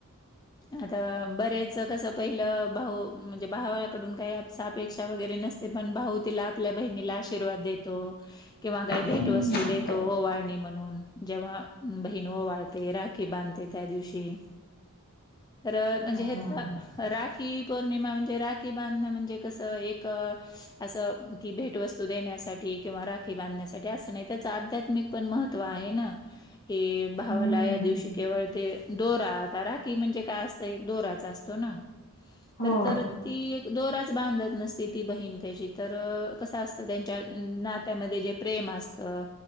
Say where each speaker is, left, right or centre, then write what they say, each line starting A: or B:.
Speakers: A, on the left (about 20°); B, on the left (about 45°).
A: आता बरेच कसं पहिलं भाऊ म्हणजे भावाकडून काय अपेक्षा वगैरे नसते ते पण भाऊ तिला आपल्या बहिणीला आशीर्वाद देतो किंवा काही
B: हम्म
A: भेटवस्तू देतो ओवळणी म्हणून जेव्हा बहीण ओ वाळते राखी बांधते त्या दिवशी तर म्हणजे
B: हा
A: हेच राखी पौर्णिमा म्हणजे राखी बांधणं म्हणजे कसं एक असं की भेटवस्तू देण्यासाठी किंवा राखी बांधण्यासाठी असं नाही त्याच अध्या िक पण महत्त्व आहे ना हे भावाला
B: हम्म
A: या दिवशी केवळ ते दोरा आता राखी म्हणजे काय असतं एक दोराचा असतो ना
B: हो
A: तर तर ती एक दोराच बांधत नसती ती बहीण त्याची तर कसं असत त्यांच्या नात्यामध्ये जे प्रेम अस असतं